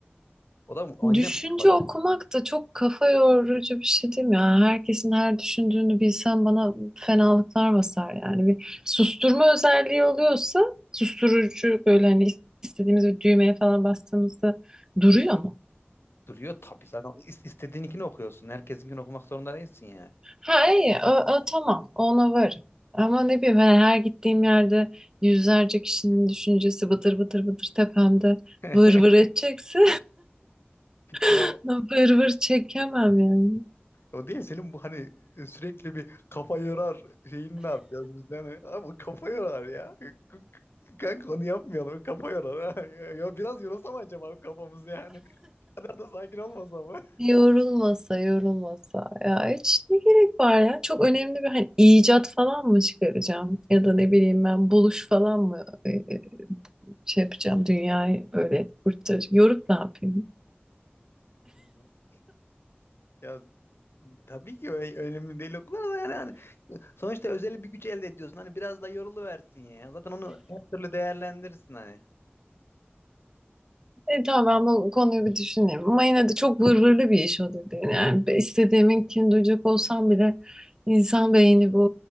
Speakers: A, on the left (about 70°); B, on the right (about 15°).
A: O da o yine
B: Düşünce
A: uçmak
B: okumak da çok kafa yorucu bir şey değil mi? ya? herkesin her düşündüğünü bilsem bana fenalıklar basar yani. Bir susturma özelliği oluyorsa susturucu böyle hani istediğimiz bir düğmeye falan bastığımızda duruyor mu?
A: duruyor tabii zaten is- istediğininkini okuyorsun. Herkesinkini okumak zorunda değilsin yani.
B: Ha iyi, o, o tamam, ona varım. Ama ne bileyim hani her gittiğim yerde yüzlerce kişinin düşüncesi bıtır bıtır bıtır tepemde
A: <laughs>
B: vır vır edecekse
A: Yo.
B: <laughs> vır vır çekemem yani.
A: O değil senin bu hani e, sürekli bir kafa yorar şeyini ne yapacağız biz yani? Abi kafa yorar ya. K- k- Kanka onu yapmayalım. Kafa yorar. ha. <laughs> Ya, biraz yorulsam acaba kafamız yani. <laughs> O kadar da sakin olmasa mı?
B: Yorulmasa yorulmasa ya hiç ne gerek var ya çok önemli bir hani icat falan mı çıkaracağım ya da ne bileyim ben buluş falan mı e, e, şey yapacağım dünyayı böyle kurtaracağım yorup ne yapayım
A: <laughs> Ya tabii ki ö- önemli değil o da yani, hani sonuçta özel bir güç elde ediyorsun. Hani biraz da yoruluversin ya. Zaten onu her türlü değerlendirirsin hani.
B: E, tamam ben bu konuyu bir düşüneyim. Ama yine de çok vırvırlı bir iş o dediğin. Yani be- istediğiminkini duyacak olsam bile insan beyni bu